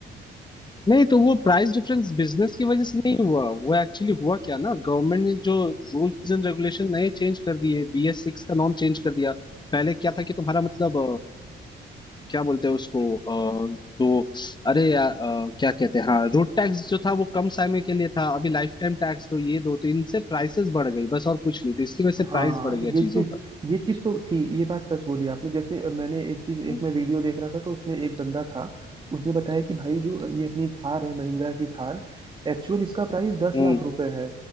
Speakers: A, on the left; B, on the right.
A: नहीं तो वो प्राइस डिफरेंस बिजनेस की वजह से नहीं हुआ वो एक्चुअली हुआ क्या ना गवर्नमेंट ने जो रूल्स एंड रेगुलेशन नए चेंज कर दिए बीएस सिक्स का नॉर्म चेंज कर दिया पहले क्या था कि तुम्हारा मतलब क्या बोलते हैं उसको अ, तो अरे यार अ, क्या कहते हैं हाँ रोड टैक्स जो था वो कम समय के लिए था अभी लाइफ टाइम टैक्स तो ये दो तो इनसे प्राइसेस बढ़ गई बस और कुछ नहीं तो इसकी वजह से
B: हाँ
A: प्राइस बढ़ गया
B: ये चीज
A: चीजों का
B: ये चीज तो थी ये बात सच बोली आपने जैसे अ, मैंने एक चीज
A: हम्म
B: एक मैं वीडियो देख रहा था तो उसमें एक बंदा था उसने बताया कि भाई जो ये अपनी थार है महिंद्रा की थार एक्चुअल इसका प्राइस दस
A: हम्म
B: लाख रुपए है